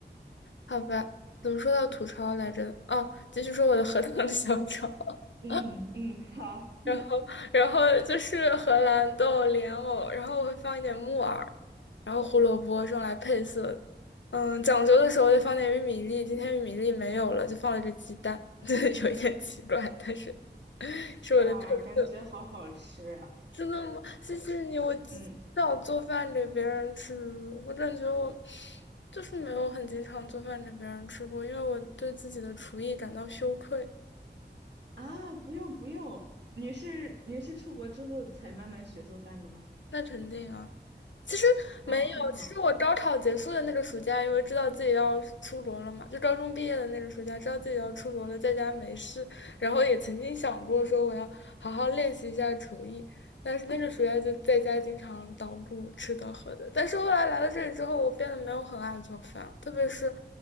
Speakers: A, on the left; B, on the right.
A: 好吧，怎么说到吐槽来着？哦，继续说我的荷塘小炒，<laughs>
B: 嗯嗯嗯，好。
A: 然后，然后就是荷兰豆、莲藕，然后我会放一点木耳，然后胡萝卜是用来配色的嗯，讲究的时候就放点玉米粒，今天玉米粒没有了，就放了只鸡蛋，<laughs> 就有一点奇怪，但是 <laughs> 是为了配色。
B: 哇，感觉好好吃啊！
A: 真的吗？谢谢你，我极少做饭给别人吃。
B: 嗯
A: 我感觉我就是没有很经常做饭给别人吃过，因为我对自己的厨艺感到羞愧。
B: 啊，不用不用，你是你是出国之后才慢慢学做饭的吗？
A: 那肯定啊。其实没有，
B: 哦
A: 其实我高考结束的那个暑假，因为知道自己要出国了嘛，就高中毕业的那个暑假，知道自己要出国了，在家没事，然后也曾经想过说我要好好练习一下厨艺，但是那个暑假就在家经常捣鼓吃的喝的。但是后来来了这里之后，我变得没有很爱做饭，特别是